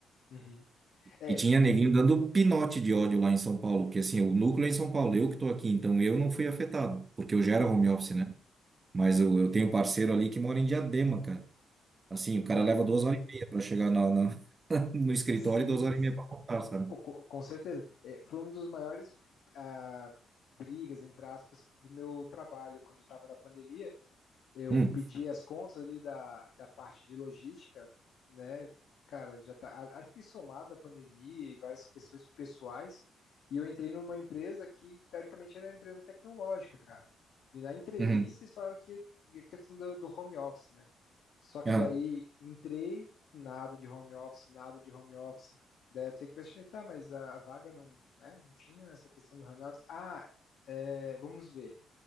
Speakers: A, on the left (about 75°); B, on the right (about 30°).
A: Uhum, É,
B: E tinha neguinho dando pinote de ódio lá em São Paulo, porque assim, o núcleo é em São Paulo, eu que tô aqui, então eu não fui afetado, porque eu já era
A: uhum.
B: home office, né? Mas eu, eu tenho um parceiro ali que mora em Diadema, cara. Assim, o cara
A: é
B: leva
A: o,
B: duas horas e meia pra chegar na, na- <laughs> no escritório
A: sim,
B: e duas horas e meia pra voltar, sabe?
A: Co- co- Com certeza. É, foi um dos maiores ah, brigas, entre aspas, do meu trabalho quando eu estava na pandemia eu
B: Hum,
A: pedi as contas ali da, da parte de logística, né? Cara, já tá, a- acho que somado a pandemia e várias questões pessoais, e eu entrei numa empresa que, teoricamente, era uma empresa tecnológica, cara. E na entrevista
B: uhum,
A: eles falaram que que a questão do, do home office, né? Só que
B: aham.
A: daí entrei, nada de home office, nada de home office. Daí até que eu questionei, tá, mas a vaga não, né, não tinha essa questão do home office. Ah, é, vamos ver.